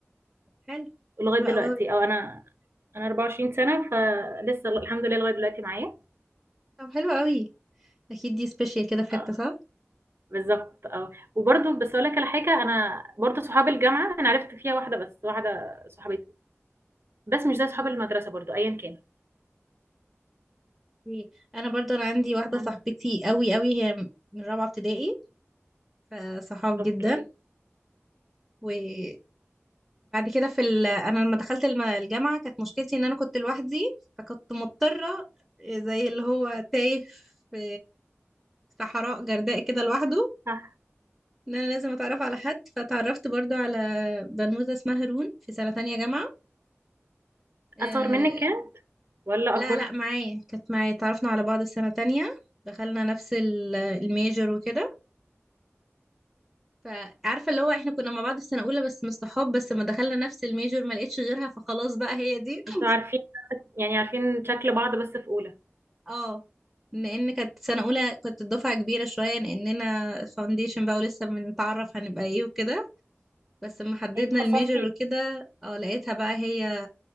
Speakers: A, in the centre; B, on the right.
A: حلو
B: لغاية
A: حلو
B: دلوقتي
A: قوي
B: أو أنا أنا 24 سنة فلسه الحمد لله لغاية دلوقتي معايا.
A: طب حلو قوي اكيد دي سبيشال كده في حتة
B: آه،
A: صح
B: بالضبط آه. وبرضه بس أقول لك على حاجة، أنا برضه صحاب الجامعة أنا عرفت فيها واحدة بس، واحدة صاحبتي، بس مش زي صحاب
A: مم.
B: المدرسة برضه أيًا كان.
A: إيه. انا برضو انا عندي واحدة
B: أنت-
A: صاحبتي قوي قوي هي من رابعة ابتدائي فصحاب
B: أوكي،
A: جدا وبعد كده في ال... انا لما دخلت الم- الجامعة كانت مشكلتي ان انا كنت لوحدي فكنت مضطرة زي اللي هو تايه في صحراء جرداء كده لوحده
B: صح.
A: ان انا لازم اتعرف على حد فتعرفت برضو على بنوتة اسمها هارون في سنة تانية جامعة آه
B: أصغر منِّك كام والّا
A: لا
B: أكبر؟
A: لا معايا كانت معايا اتعرفنا على بعض السنة تانية دخلنا نفس ال- الميجر وكده فعارفة اللي هو احنا كنا مع بعض في سنة أولى بس مش صحاب بس ما دخلنا نفس الميجر ما لقيتش غيرها فخلاص بقى هي دي <laughs>
B: أنتم عارفين يعني عارفين شكل بعض بس في أولى.
A: اه لأن كانت سنة أولى كنت الدفعة كبيرة شوية لأننا فاونديشن بقى ولسه بنتعرف هنبقى ايه وكده بس لما حددنا
B: يعني اتخصصتِ
A: الميجر
B: إيه؟
A: وكده اه لقيتها بقى هي